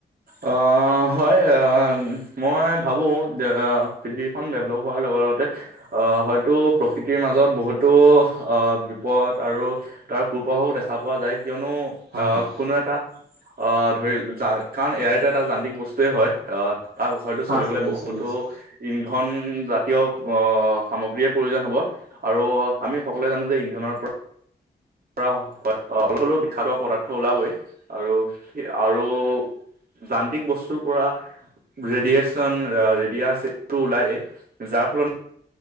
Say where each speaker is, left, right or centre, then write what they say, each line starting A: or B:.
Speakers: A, on the right (about 55°); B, on the right (about 80°).
A: অ' হয় আহ মই ভাবো যে পৃথিৱীখন ডেভলপ হোৱাৰ লগে লগতে হয়তো প্ৰকৃতিৰ মাজত বহুতো বিপদ আৰু তাৰ কুপ্ৰভাৱ দেখা পোৱা যায়। কিয়নো,
B: হয়
A: অ
B: হয়
A: কোনো এটা অ ধৰি যা, কাৰণ এ আইতো এটা যান্ত্ৰিক বস্তুৱে হয় তাৰ হয়টো
B: হয়
A: চলিবলে
B: হয় নিশ্চয়
A: বহুতো
B: নিশ্চয়
A: ইন্ধন জাতীয় প সামগ্ৰীৰ প্ৰয়োজন হ'ব আৰু আমি সকলোৱে জানো যে ইন্ধনৰ পৰা অলপ হ'লেও বিষাক্ত পদাৰ্থ ওলাবই আৰু, আৰু যান্ত্ৰিক বস্তুৰ পৰা ৰেডিয়েছ ৰেডিয়াছটো ওলাই, যাৰ ফলত